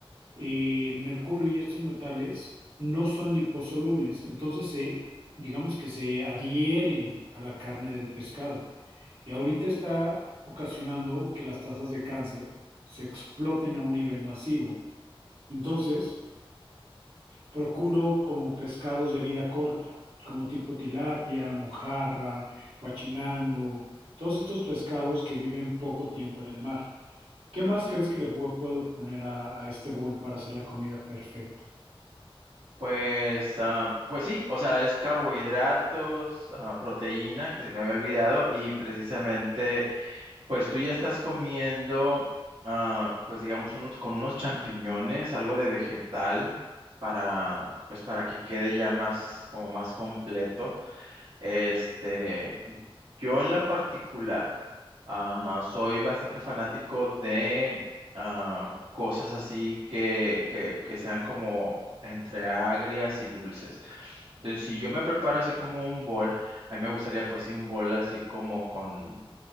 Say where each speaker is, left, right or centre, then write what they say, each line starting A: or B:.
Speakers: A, on the right; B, on the right.
A: eh, el mercurio y estos metales no son liposolubles, entonces se, digamos que se adhieren a la carne del pescado. Y ahorita está ocasionando que las tasas de cáncer se exploten a un nivel masivo. Entonces, Procuro como pescados de vida corta, como tipo tilapia, mojarra, guachinango, todos estos pescados que viven poco tiempo en el mar. ¿Qué más crees que le pu- puedo poner a, a este bowl para hacer la comida perfecta?
B: Pues, ah, pues sí, o sea, es carbohidratos, ah, proteína, que se me había olvidado, y precisamente, pues tú ya estás comiendo, ah, pues digamos, unos, con unos champiñones, algo de vegetal, para, pues para que quede ya más, como más completo. Este, yo en lo particular. Ah, soy bastante fanático de ah, cosas así que, que, que sean como entre agrias y dulces. Entonces, si yo me preparo así como un bol, a mí me gustaría pues sí un bol así como con,